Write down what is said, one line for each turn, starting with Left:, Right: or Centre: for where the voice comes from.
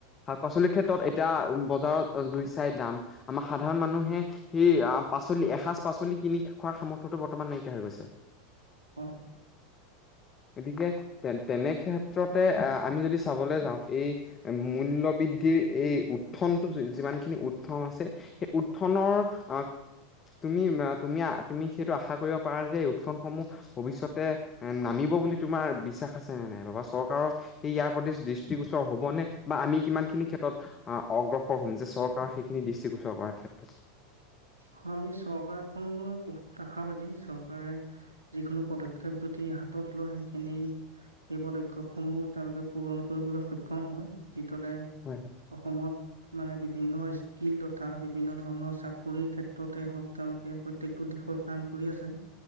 Left: শাক-পাচলিৰ ক্ষেত্ৰত এতিয়া বজাৰত জুই চাই দাম আমাৰ সাধাৰণ মানুহে সেই পাচলি এসাঁজ পাচলি কিনি খোৱাৰ সামৰ্থতো বৰ্তমান কীয়া হৈ গৈছে।
Right: হয়।
Left: গতিকে তে তেনে ক্ষেত্ৰতে আহ- আমি যদি চাবলৈ যাওঁ এই মূল্য বৃদ্ধিৰ এই উত্থনটো যিমানখিনি উতন আছে সেই উত্থানৰ - তুমি তুমি তুমি সেইটো আশা কৰিব পাৰা যে এই উত্থানসমূহ - ভৱিষ্যতে এ নামিব বুলি তোমাৰ বিশ্বাস আছে নে নাইবা চৰকাৰৰ সেই ইয়াৰ প্ৰতি দৃষ্টিগোচৰ - হ'বনে বা আমি কিমান খিনি ক্ষেত্ৰত অগ্ৰসৰ হম যে চৰকাৰৰ সেইখিনি দৃষ্টিগোচৰ কৰাৰ ক্ষেত্ৰত। <inaudible>
Right: অ আমি চৰকাৰখন লৈ বহুত আশাবাদী চৰকাৰে যিকোনো পদক্ষেপ যদি- হাতত লোৱা সেইখিনি এই পদক্ষেপ সমূহ তেওঁলোকে পূৰণ কৰিবলৈ সক্ষম হয়। যিদৰে
Left: হয় হয়
Right: অসমত মানে বিভিন্ন স্কিল তথা বিভিন্ন ধৰণৰ চাক - কৰি ক্ষেত্ৰতে হওক তেওঁলোকে প্ৰত্যেকটো দিশৰ কাম কৰি আছে।